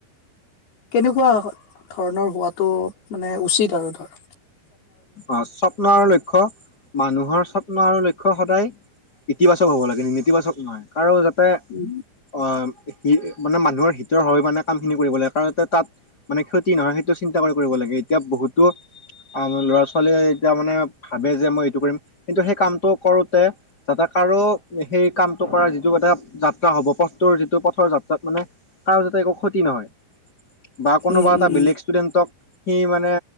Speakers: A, on the left; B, on the left.
A: কেনেকুৱা ধৰণৰ হোৱটো মানে উচিত আৰু ধৰা?
B: অ স্বপ্নৰ লক্ষ্য মানুহৰ স্বপ্ন আৰু লক্ষ্য সদায় ইতিবাচক হ'ব লাগে। নেতিবাচক নহয়। কাৰো যাতে
A: <inaudible>
B: অ মা মানুহৰ হিতৰ হয় মানে কামখিনি কৰিব লাগে। কাৰণ তাত মানে ক্ষতি নহয় সেইটো চিন্তা কৰি কৰিব লাগে। এতিয়া বহুতো ল'ৰা ছোৱালীয়ে এতিয়া মানে ভাবে যে, মই এইটো কৰিম। কিন্তু সেই কামটো কৰোতে যাতে কাৰো সেই কামটো কৰা যিটো এটা যাত্ৰা হ'ব। পথটোৰ যিটো পথৰ যাত্ৰাত মানে কাৰো যাতে একো ক্ষতি নহয় বা কোনোবা
A: উম,
B: এটা
A: উম।
B: বেলেগ ষ্টুডেন্টক সি মানে